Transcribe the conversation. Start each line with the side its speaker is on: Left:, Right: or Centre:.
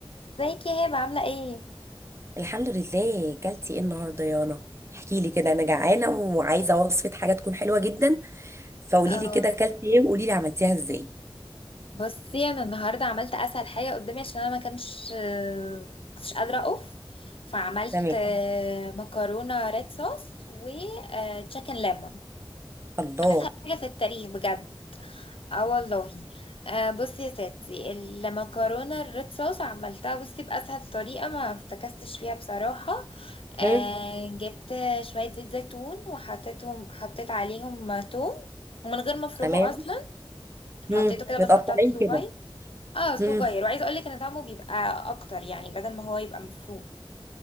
Left: ازيك يا هبة عاملة ايه؟
Right: الحمد لله كلتي ايه النهارده يا رنا احكي لي كده انا جعانه وعايزه وصفه حاجه تكون حلوه جدا فقولي
Left: اه
Right: لي كده كلتي ايه وقولي لي عملتيها ازاي
Left: بصي انا النهاردة عملت اسهل حاجة قدامي عشان انا ما كانش آه، كنتش قادرة اقف فعملت
Right: تمام
Left: آه، مكرونة ريد صوص و آه، تشيكن ليمون
Right: الله
Left: حاجة في التاريخ بجد اه والله آه، بصي يا ستي المكرونة الريد صوص عملتها بصي بأسهل طريقة ما افتكستش فيها بصراحة آه،
Right: مم.
Left: جبت شوية زيت زيتون وحطيتهم حطيت عليهم توم ومن غير ما افرمه
Right: تمام
Left: اصلا حطيته
Right: مم.
Left: كده
Right: متقطعين
Left: بس قطعته صغير
Right: كده
Left: اه صغير
Right: مم.
Left: وعايزه اقول لك ان طعمه بيبقى اكتر يعني بدل ما هو يبقى مفروم